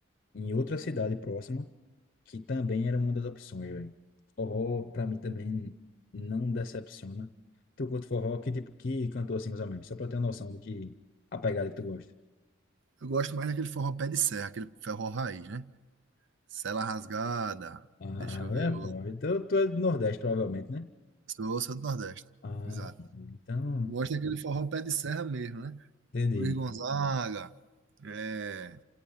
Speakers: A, on the left; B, on the right.
A: em outra cidade próxima, que também era uma das opções, velho. Forró, pra mim, também não decepciona. Tu curte forró? Que tipo, que cantor assim, mais ou menos? Só pra eu ter uma noção do que, a pegada que tu gosta.
B: Eu gosto mais daquele forró pé de serra, aquele forró raiz, né? Sela rasgada.
A: Ah,
B: Deixa eu
A: é,
B: ver outro.
A: pô. Então, tu é do Nordeste, provavelmente, né?
B: Sou, sou do Nordeste.
A: Ah,
B: Exato.
A: então,
B: Eu gosto daquele forró pé de serra mesmo, né?
A: entendi.
B: Luiz Gonzaga, é,